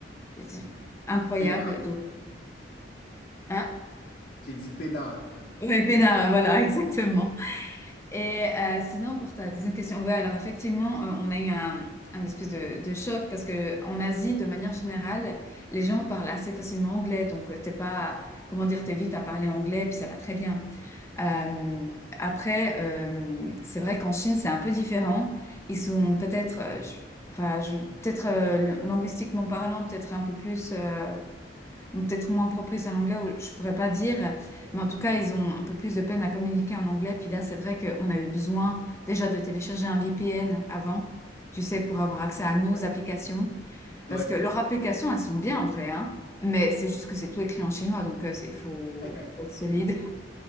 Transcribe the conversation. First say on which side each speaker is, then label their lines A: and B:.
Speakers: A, on the left; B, on the left.
A: c'est incroyable.
B: Pénard.
A: Donc, hein?
B: J'ai dit Pénard.
A: Ouais, peinard, euh, voilà, <laughs> exactement. Et euh, sinon, pour ta deuxième question, ouais, alors effectivement, euh, on a eu un, un espèce de, de choc parce que en Asie, de manière générale, les gens parlent assez facilement anglais, donc euh, t'es pas, comment dire, t'es vite à parler anglais, puis ça va très bien. Euh, après, euh, c'est vrai qu'en Chine, c'est un peu différent. Ils sont peut-être, euh, je- enfin, je- peut-être euh, linguistiquement parlant, peut-être un peu plus, euh, ou peut-être moins propice à l'anglais, ou je pourrais pas dire. Mais en tout cas, ils ont un peu plus de peine à communiquer en anglais. Puis là, c'est vrai qu'on a eu besoin déjà de télécharger un VPN avant, tu sais, pour avoir accès à nos
B: <laughs>
A: applications.
B: Ouais.
A: Parce que leurs applications, elles sont bien en vrai, hein. Mais c'est juste que c'est tout écrit en chinois, donc euh, c'est- il faut,
B: <laughs>
A: faut être solide.